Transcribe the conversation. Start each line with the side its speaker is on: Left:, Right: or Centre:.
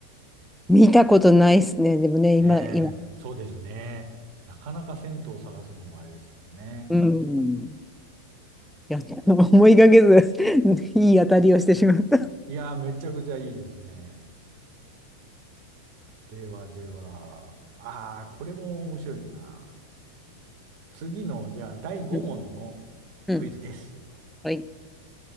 Centre: 見たことないですね。でもね、今、
Right: ねえ、
Centre: 今、
Right: そうですね。なかなか銭湯を探すのもあれですよね。
Centre: うん、いや思いがけず <laughs> いい当たりをしてしまった。
Right: いやー、めちゃくちゃいいですね。ではでは、ああ、これも面白いな。次の、じゃあ、第5問の
Centre: うん、うん、
Right: クイズです。
Centre: はい、